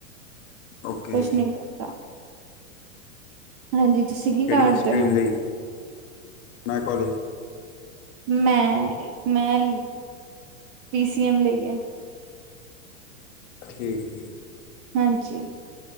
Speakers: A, on the left; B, on the right.
A: ਓਕੇ
B: ਕੁਛ ਨੀ ਕਰਦਾ, ਹਾਂਜੀ। ਤੁਸੀਂ ਕੀ
A: ਕਿਹੜੀ
B: ਕਰਦੇਓ?
A: ਸਟਰੀਮ ਲਈ ਮੈਂ ਕੋਲਜ
B: ਮੈਂ ਮੈਂ ਪੀਸੀਐਮ ਲਈਏ।
A: ਠੀਕ।
B: ਹਾਂਜੀ,